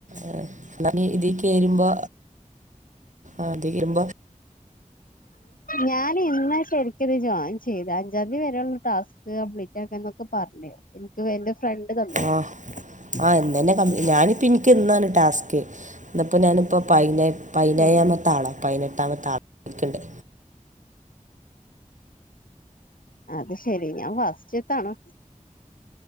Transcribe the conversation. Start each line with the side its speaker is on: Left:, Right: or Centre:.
Right: ഏ ഇന്നാ പി ഇതീ കേരുമ്പോ ആ കേറുമ്പോ
Left: ഞാൻ ഇന്നാ ശെരിക്കിത് ജോയിൻ ചെയ്ത അഞ്ചാം തീ വരെയുള്ള ടാസ്ക് കംപ്ലീറ്റ് ആക്ക എന്നൊക്കെ പറഞ്ഞ്. എനിക്ക് ഫ്രണ്ട് തന്നേ
Right: ആ ആ ഇന്നന്നെ ക ഞാനിപ്പോ ഇനിക്ക്ന്നാണ് ടാസ്ക്. ഇന്ന്പ്പോ ഞാനിപ്പോ പയിനെ, പയിനേഴാമത്താള.
Left: ആഹ്
Right: പതിനെട്ടാമത്തെ <unintelligible>
Left: അത് ശെരി ഞാൻ ഫസ്റ്റ്ത്താണ്